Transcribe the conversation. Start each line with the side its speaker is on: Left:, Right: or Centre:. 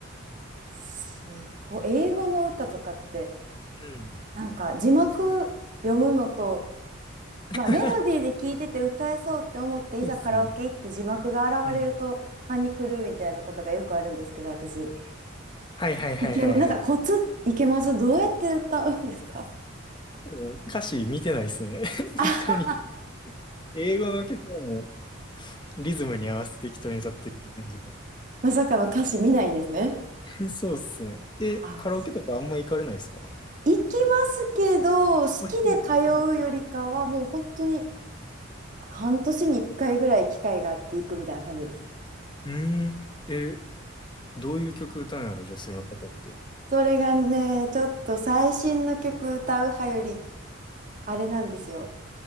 Right: すごい。英語の歌とかって、
Left: うん。
Right: なんか字幕読むのと、まあメロディーで聞いてて歌えそうって思って、
Left: <laughs> そ
Right: いざカラオケ行って字幕が現れるとパニクるみたいなことがよくあるんですけど、
Left: うですね。うん。
Right: 私。
Left: はいはいはいはいはい。
Right: いけ、なんかコツいけますどうやって歌うんですか
Left: もう歌詞見てないっすね。<laughs> 適当に。
Right: あ、
Left: 英語の曲はもうリズムに合わせて適当に歌ってるって感じか。
Right: まさかの歌詞見ないんですね。
Left: <laughs> そうっすね。え、
Right: あ、
Left: カラオケとかあんま行かれないですか
Right: 行きますけど、好きで通うよりかは、
Left: 保育園。うん。
Right: もう本当に半年に1回ぐらい機会があって行くみたいな感じです。
Left: うーんえ、どういう曲歌うんやろ、女性の方って。
Right: それがね、ちょっと最新の曲歌う派より、あれなんですよ。